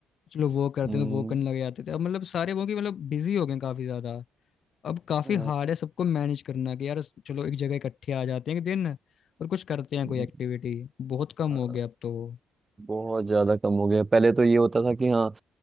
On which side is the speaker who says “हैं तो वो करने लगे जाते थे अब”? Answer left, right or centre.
Left